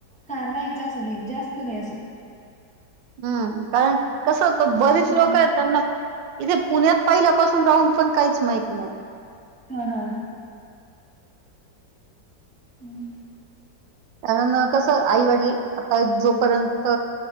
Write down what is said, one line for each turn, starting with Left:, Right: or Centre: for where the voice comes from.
Centre: हा नाही च असं नहीं, जास्त नही असं.
Right: हं कारण कस होत बरीच
Centre: हम्म
Right: लोक हेत. त्यांना इथे पुण्यात पहिल्यापासून राहून पण काहीच माहित नाही
Centre: हा हा! हूं!
Right: कारण कसं, आईवडील आता जोपर्यंत.